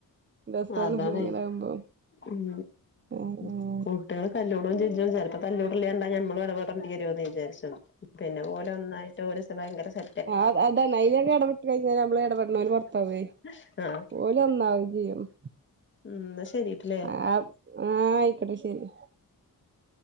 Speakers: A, on the right; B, on the left.
A: രസാണ്
B: അതാണ്
A: അങ്ങനാവുമ്പോ
B: ഉം
A: ആഹ് ആഹ്
B: ഉം കുട്ടികൾ കല്ലൂടവും ചജും ചിലപ്പോ കല്ലൂടല് കണ്ടാൽ ഞമ്മളും ഇടപടേണ്ടി വരുമന്ന് വിചാരിച്ചത പിന്നെ പോലെ ഒന്നായിട്ട് ഒരുന് ഭയങ്കര സെ
A: ആഹ് അതാ അതാണ് അതില് ഇടപെട്ട് കഴിഞ്ഞാൽ നമ്മള് ഇടപെടുനൊരു പുറത്താവേ
B: ആഹ്
A: ഓര് ഒന്നാകും <unintelligible>
B: ഉം എന്നാശരിട്ടില്ലേ
A: ആഹ് ആഹ് ആയിക്കട്ടെ ശരി